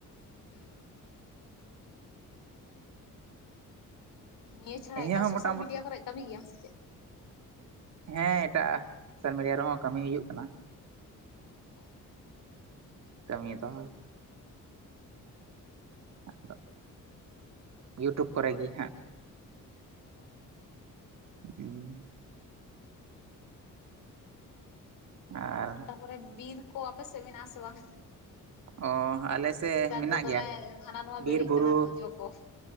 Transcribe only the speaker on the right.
ᱤᱧᱟᱹᱜ
ᱦᱚᱸ
ᱢᱚᱴᱟᱢᱩᱴᱤ
ᱦᱮᱸ ᱮᱴᱟᱜ ᱥᱳᱥᱟᱞ ᱢᱤᱰᱤᱭᱟ ᱨᱮᱦᱚᱸ ᱠᱟᱹᱢᱤ ᱦᱩᱭᱩᱜ ᱠᱟᱱᱟ
ᱠᱟᱹᱢᱤ ᱫᱚ ᱟᱫᱚ ᱤᱭᱩᱴᱩᱵᱽ ᱠᱚᱨᱮ ᱜᱤ ᱦᱟᱸᱜ
ᱦᱩᱸ ᱟᱨ
ᱚ ᱟᱞᱮ ᱥᱮᱫ
ᱢᱮᱱᱟᱜ
ᱜᱮᱭᱟ
ᱵᱤᱨ
ᱵᱩᱨᱩ